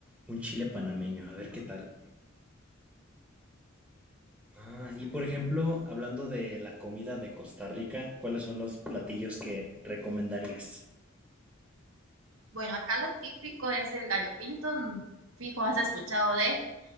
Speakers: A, in the centre; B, on the right (about 80°).
A: un chile panameño, a ver qué tal. Ah, y por ejemplo, hablando de la comida de Costa Rica, ¿cuáles son los platillos que recomendarías?
B: Bueno, acá lo típico es el gallo pinto, fijo, has escuchado de